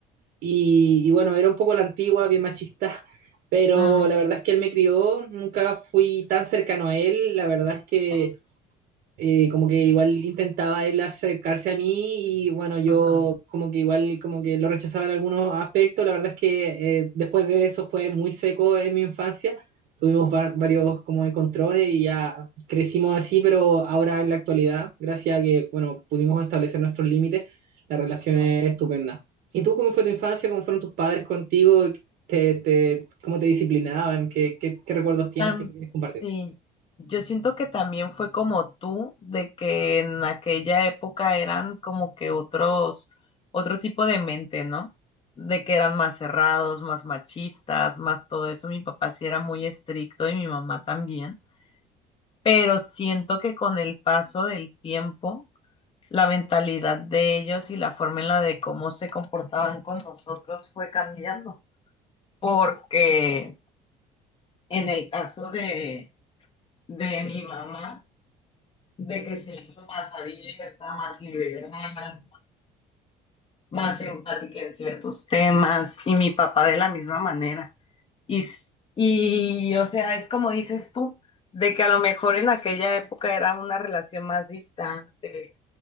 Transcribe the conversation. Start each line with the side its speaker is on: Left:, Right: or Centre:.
Right: y, y bueno, era un poco a la antigua, bien machista, <laughs> pero
Left: Mm,
Right: la verdad es que él me crió, nunca fui tan cercano a él, la verdad es que
Left: sí.
Right: eh, como que igual intentaba él acercarse a mí y bueno, yo
Left: Ujú,
Right: como que igual como que lo rechazaba en algunos aspectos. La verdad es que eh, después de eso fue muy seco en mi infancia. Tuvimos var- varios como encontrones y ya crecimos así, pero ahora en la actualidad, gracias a que, bueno, pudimos establecer nuestros límites, la relación
Left: sí.
Right: es estupenda. ¿Y tú cómo fue tu infancia? ¿Cómo fueron tus padres contigo? ¿Te, te, cómo te disciplinaban? ¿Qué, qué, qué recuerdos tienes
Left: Tam-
Right: que quieres compartir?
Left: sí. Yo siento que también fue como tú, de que en aquella época eran como que otros, otro tipo de mente, ¿no? De que eran más cerrados, más machistas, más todo eso. Mi papá sí era muy estricto y mi mamá también. Pero siento que con el paso del tiempo la mentalidad de ellos y la forma en la de cómo se comportaban con nosotros fue cambiando. Porque en el caso de, de mi mamá, de que se hizo más abierta, más liberal, más empática en ciertos temas, y mi papá de la misma manera. Y, y o sea, es como dices tú, de que a lo mejor en aquella época era una relación más distante,